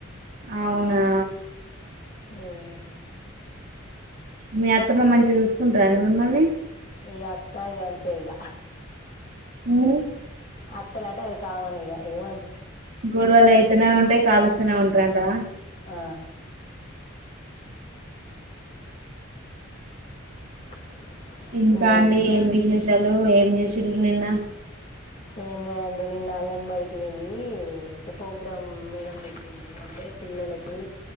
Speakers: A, on the right; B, on the left.
A: అవునా
B: హమ్
A: మీ అత్తమ్మ మంచిగ చూసుకుంట్రండి మిమ్మల్ని
B: ఈ అత్తా గంతె ఇగ
A: హమ్
B: అత్తలు అంటే అది కామన్ ఇగ ఏమ
A: గోడవలు అయితనే ఉంటాయి కాలుస్తనే ఉం గంటనా
B: ఆ <inaudible>
A: ఇంకా
B: ఉమ్.
A: అండి ఏం విశేషాలు ఏం చేశిన్రు నిన్న
B: ఏం లేదండి నిన్న అంగన్వాడికి వెళ్ళి ప్రోగ్రామ్ మేడం పెట్టింది అంటే పిల్లలకి